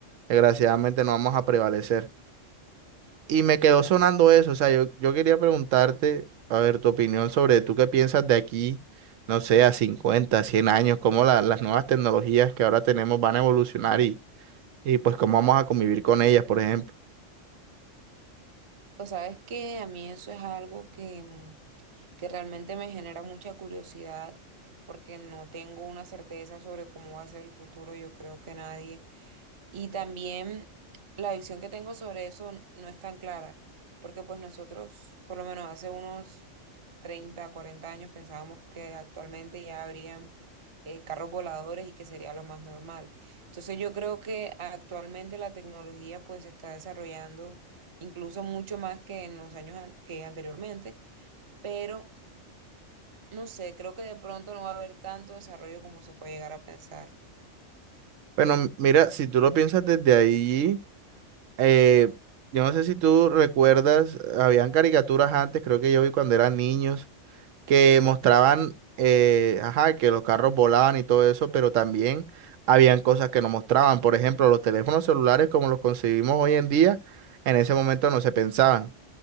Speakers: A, on the right (about 85°); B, on the right (about 30°).
A: Desgraciadamente no vamos a prevalecer. Y me quedó sonando eso, o sea, yo, yo quería preguntarte, a ver, tu opinión sobre tú qué piensas de aquí, no sé, a cincuenta cien años, cómo la- las nuevas tecnologías que ahora tenemos van a evolucionar y, y pues cómo vamos a convivir con ellas, por ejemplo.
B: Pues sabes que a mí eso es algo que, mm, que realmente me genera mucha curiosidad porque no tengo una certeza sobre cómo va a ser el futuro, yo creo que nadie. Y también la visión que tengo sobre eso n- no es tan clara porque pues nosotros, por lo menos hace unos 30, 40 años pensábamos que actualmente ya habrían eh, carros voladores y que sería lo más normal. Entonces yo creo que actualmente la tecnología pues se está desarrollando incluso mucho más que en los años an- que anteriormente, pero no sé, creo que de pronto no va a haber tanto desarrollo como se puede llegar a pensar.
A: Bueno, m- mira, si tú lo piensas desde ahí, eh, yo no sé si tú recuerdas, habían caricaturas antes, creo que yo vi cuando eran niños, que mostraban, eh, ajá, que los carros volaban y todo eso, pero también habían cosas que no mostraban. Por ejemplo, los teléfonos celulares como los concebimos hoy en día, en ese momento no se pensaban.